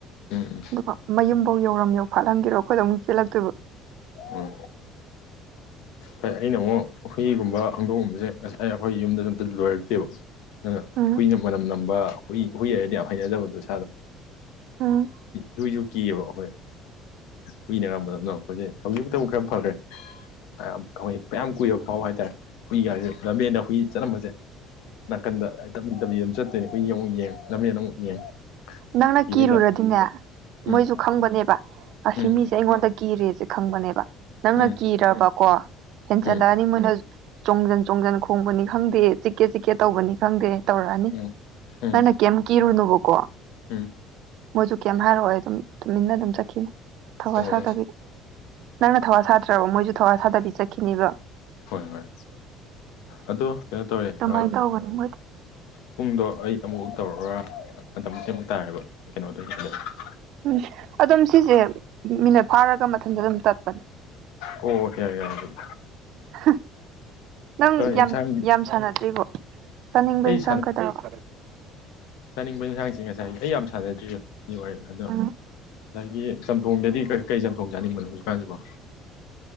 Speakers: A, on the left; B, on the right.
A: ꯎꯝ ꯎꯝ
B: ꯑꯗꯨꯒ ꯃꯌꯨꯝꯕꯧ ꯌꯧꯔꯝ ꯌꯧꯐꯥꯠꯂꯝꯒꯤꯔꯣꯏ ꯑꯈꯣꯏꯗ ꯑꯃꯨꯛ ꯆꯦꯜꯂꯛꯇꯣꯏꯕ
A: ꯎꯝ ꯍꯩ ꯑꯩꯅꯃꯨꯛ ꯍꯨꯏꯒꯨꯝꯕ ꯍꯪꯗꯣꯡꯒꯨꯝꯕꯖꯦ ꯉꯁꯥꯏ ꯑꯩꯈꯣꯏ ꯌꯨꯝꯗꯖꯨ ꯑꯝꯇ ꯂꯣꯏꯔꯛꯇꯦꯕ ꯑꯗꯨꯅ
B: ꯎꯝ
A: ꯍꯨꯏꯅ ꯃꯅꯝ ꯅꯝꯕ ꯍꯨꯏ ꯍꯨꯏ ꯍꯥꯏꯔꯗꯤ ꯌꯥꯝ ꯍꯩꯅꯗꯕꯗꯣ ꯏꯁꯥꯗ
B: ꯎꯝ
A: ꯍꯨꯏꯖꯨ ꯀꯤꯌꯦꯕ ꯍꯣꯏ ꯍꯨꯏꯅꯒ ꯃꯅꯝ ꯅꯝꯃꯛꯄꯁꯦ ꯍꯧꯖꯤꯛꯄꯨꯗꯤ ꯈꯔ
B: <inaudible>
A: <unintelligible> ꯄꯌꯥꯝ ꯀꯨꯏꯔꯕ ꯐꯥꯎ ꯍꯥꯏꯇꯥꯔꯦ ꯍꯨꯏꯒꯥꯖꯦ ꯂꯝꯕꯦꯟꯗ ꯍꯨꯏ ꯆꯠꯂꯝꯕꯖꯦ ꯅꯥꯀꯟꯗ ꯇꯞꯂꯤ ꯇꯞꯂꯤ ꯑꯗꯨꯝ ꯆꯠꯇꯣꯏꯅꯦ ꯍꯨꯏ ꯑꯃꯨꯛ ꯌꯦꯡ ꯂꯃꯦꯟ ꯑꯃꯨꯛ ꯌꯦꯡ
B: ꯅꯪꯅ
A: ꯀꯤꯕꯩ
B: ꯀꯤꯔꯨꯔꯗꯤꯅꯦ
A: ꯆꯥꯡ ꯎꯝ
B: ꯃꯣꯏꯖꯨ ꯈꯪꯕꯅꯦꯕ ꯑꯁꯤ
A: ꯎꯝ
B: ꯃꯤꯖꯦ ꯑꯩꯉꯣꯟꯗ ꯀꯤꯔꯦꯖꯦ ꯈꯪꯕꯅꯦꯕ ꯅꯪꯅ
A: ꯎꯝ
B: ꯀꯤꯔꯕꯀꯣ ꯍꯦꯟꯖꯜꯂꯛꯑꯅꯤ
A: ꯎꯝ
B: ꯃꯣꯏꯅ ꯆꯣꯡꯖꯟ ꯆꯣꯡꯖꯟ ꯈꯣꯡꯕꯅꯤ ꯈꯪꯗꯦ ꯆꯤꯛꯀꯦ ꯆꯤꯛꯀꯦ ꯇꯧꯕꯅꯤ ꯈꯪꯗꯦ ꯇꯧꯔꯅꯤ
A: ꯎꯝ ꯎꯝ
B: ꯅꯪꯅ ꯀ꯭ꯌꯤꯝ ꯀꯤꯔꯨꯅꯣꯕꯀꯣ
A: ꯎꯝ
B: ꯃꯣꯏꯖꯨ ꯀꯩꯝ ꯍꯥꯏꯔꯑꯣꯏ ꯑꯗꯨꯝ ꯇꯨꯃꯤꯟꯅ ꯑꯗꯨꯝ ꯆꯠꯈꯤꯅꯤ ꯊꯋꯥ
A: ꯑꯣ
B: ꯁꯥꯗꯕꯤꯗ ꯅꯪꯅ ꯊꯋꯥ ꯁꯥꯗ꯭ꯔꯕ ꯃꯣꯏꯖꯨ ꯊꯋꯥ ꯁꯥꯗꯕꯤ ꯆꯠꯈꯤꯅꯦꯕ
A: ꯍꯣꯏ ꯍꯣꯏ ꯑꯗꯣ ꯀꯩꯅꯣ ꯇꯧꯋꯦ
B: ꯑꯗꯨꯃꯥꯏꯅ
A: ꯑ
B: ꯇꯧꯕꯅꯤ ꯃꯣꯏꯗꯤ
A: ꯄꯨꯡꯗꯣ ꯑꯩ ꯑꯃꯨꯛ ꯇꯧꯔꯣꯔ ꯃꯇꯝ <unintelligible>
B: ꯎꯝ ꯑꯗꯨꯝ ꯁꯤꯖꯦ ꯃꯤꯅꯠ ꯐꯥꯔꯒ ꯃꯊꯟꯇ ꯑꯗꯨꯝ ꯇꯠꯄꯅꯦ
A: ꯑꯣ ꯌꯥꯔꯦ ꯌꯥꯔꯦ ꯑꯗꯨꯗꯤ
B: ꯍ ꯅꯪ ꯌꯥꯝ
A: ꯏꯟꯁꯥꯡ
B: ꯌꯥꯝ ꯁꯥꯟꯅꯗ꯭ꯔꯤꯕꯣ ꯆꯥꯅꯤꯡꯕ
A: ꯑꯩ
B: ꯏꯟꯁꯥꯡ ꯀꯗꯧꯔ
A: ꯆꯥꯅꯤꯡꯕ ꯌꯦꯟꯁꯥꯡꯁꯦ ꯉꯁꯥꯏ ꯑꯩ ꯌꯥꯝ ꯁꯥꯟꯅꯗ꯭ꯔꯤꯗ ꯖꯤ ꯋꯥꯔꯤ ꯑꯗꯣ
B: ꯎꯝ
A: ꯅꯪꯒꯤ ꯆꯝꯊꯣꯡꯗꯗꯤ ꯀ ꯀꯩ ꯆꯝꯊꯣꯡ ꯆꯥꯅꯤꯡꯕꯅꯣ ꯍꯧꯖꯤꯛꯀꯥꯟꯁꯤꯕꯣ